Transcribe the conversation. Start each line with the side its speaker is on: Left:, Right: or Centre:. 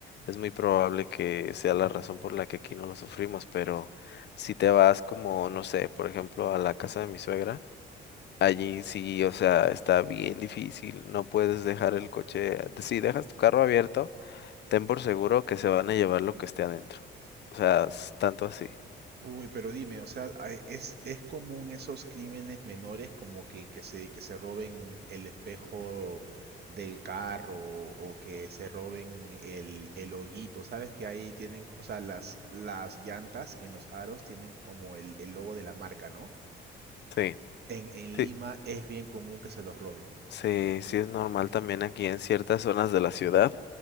Left: es muy probable que sea la razón por la que aquí no lo sufrimos. Pero si te vas como, no sé, por ejemplo, a la casa de mi suegra. Allí sí, o sea, está bien difícil, no puedes dejar el coche, si dejas tu carro abierto, ten por seguro que se van a llevar lo que esté adentro. O sea, es tanto así.
Right: Uy, pero dime, o sea, hay- ¿es, es común esos crímenes menores como que, que se, que se roben el espejo del carro o que se roben el, el hoguito? ¿Sabes que ahí tienen, o sea, las, las llantas en los aros tienen como el, el logo de la marca, ¿no?
Left: Sí,
Right: En, en
Left: sí,
Right: Lima es bien común que se los roben.
Left: sí, sí es normal también aquí en ciertas zonas de la ciudad,